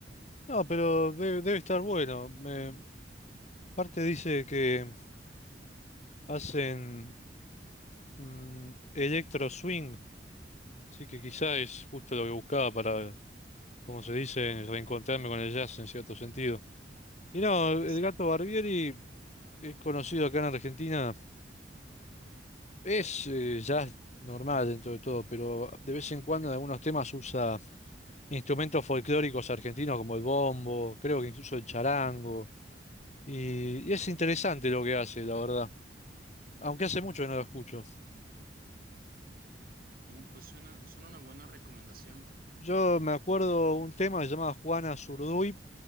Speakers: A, on the left; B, on the right.
A: No, pero debe, debe estar bueno. Me, parte dice que hacen mm, electro swing, así que quizá es justo lo que buscaba para, como se dice, reencontrarme con el jazz en cierto sentido. Y no, el
B: Exacto.
A: gato Barbieri es conocido acá en Argentina, es eh, jazz normal dentro de todo, pero de vez en cuando en algunos temas usa instrumentos folclóricos argentinos como el bombo, creo que incluso el charango, y y es interesante lo que hace, la verdad. aunque hace mucho que no lo escucho.
B: Y pues suena, suena una buena recomendación.
A: Yo me acuerdo un tema que se llamaba Juana Zurduy,